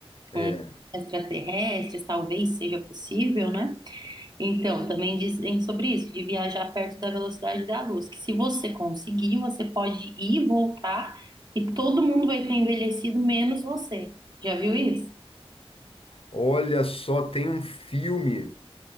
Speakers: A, on the left; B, on the right.
A: é,
B: Com extraterrestres, talvez seja possível, né? Então, também dizem sobre isso, de viajar perto da velocidade da luz, que se você conseguir, você pode ir e voltar e todo mundo vai ter envelhecido, menos você. Já viu isso?
A: olha só, tem um filme,